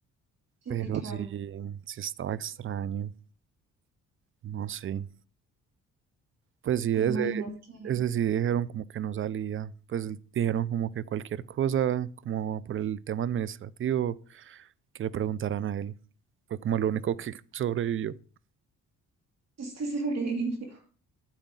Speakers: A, on the right (about 60°); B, on the right (about 45°).
A: Sí,
B: Pero
A: sí, claro.
B: sí, sí estaba extraño, no sé. Pues sí,
A: ¿Te
B: ese,
A: imaginas que
B: ese sí dijeron como que no salía, pues dijeron como que cualquier cosa, como por el tema administrativo, que le preguntaran a él. Fue como lo único que <laughs> sobrevivió.
A: <laughs> esto sobrevive?